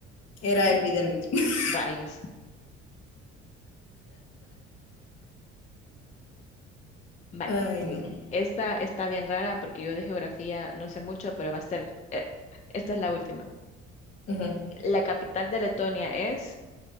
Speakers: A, on the left (about 50°); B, on the left (about 20°).
A: Era epidermis. <laughs>
B: Rayos. Vaya.
A: Ay, no.
B: Esta está bien rara porque yo de geografía no sé mucho, pero va a ser. eh, esta es la última.
A: Ujú.
B: La capital de Letonia es.